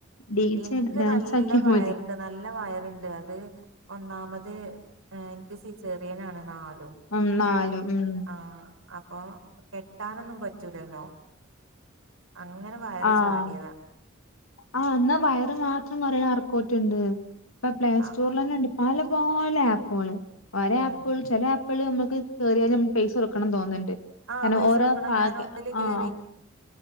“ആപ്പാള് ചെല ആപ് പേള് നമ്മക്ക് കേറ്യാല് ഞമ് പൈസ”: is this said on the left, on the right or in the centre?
Left